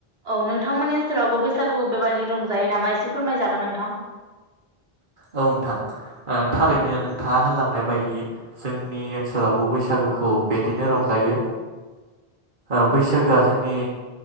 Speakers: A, on the right (about 85°); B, on the right (about 55°).
A: औ नोंथांमोननि ओनसोलावबो बैसागुखौ बेबायदिनो रंजायो नामा एसे फोरमायजागोन नोंथां?
B: औ नोंथां
A: औ
B: थारैनो नोंथाङा होनलांनाय बायदि जोंनि ओनसोलावबो बैसागोखौ बिदिनो रंजायो। ओ बैसागोआ जोंनि